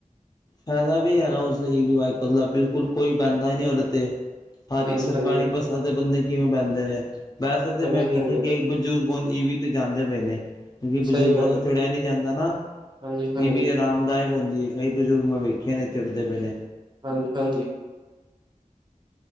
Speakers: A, on the left (about 30°); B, on the right (about 35°).
A: ਫਾਇਦਾ ਵੀ ਹੈਗਾ ਉਸਦਾ ਈ ਵੀ ਵਾਈਕਲ ਦਾ, ਬਿਲਕੁਲ ਕੋਈ ਬਹਿੰਦਾ ਈ ਨਹੀਂ ਉਹਦੇ ਤੇ। ਸਾਰੀ
B: ਹਾਂਜੀ
A: ਸਰਕਾਰੀ
B: ਹਾਂਜੀ
A: ਬੱਸਾਂ ਤੇ ਬੰਦੇ ਕਿਵੇਂ ਬਹਿੰਦੇ ਨੇ, ਵੈਸੇ ਤਾਂ
B: ਹਾਂਜੀ
A: ਮੈਂ ਵੇਖਿਆ
B: ਹਾਂਜੀ
A: ਕਿ ਬਜ਼ੁਰ ਹੁਣ ਈ ਵੀ ਤੇ ਜਾਂਦੇ ਪਏ ਨੇ, ਕਿਉਂਕਿ ਬਜ਼ੁਰਗਾਂ
B: ਸਹੀ ਗੱਲ
A: ਤੋਂ
B: ਹੈ
A: ਚੜਿਆ ਨੀ ਜਾਂਦਾ ਨਾ,
B: ਹਾਂਜੀ ਹਾਂਜੀ
A: ਈ ਵੀ ਆਰਾਮ ਅਰਾਮਦਾਇਕ ਹੁੰਦੀ ਏ, ਕਈ ਬਜ਼ੁਰਗ ਮੈਂ ਵੇਖਿਆ ਨੇ ਚੜਦੇ ਪਏ ਨੇ।
B: ਹਾਂਜੀ-ਹਾਂਜੀ।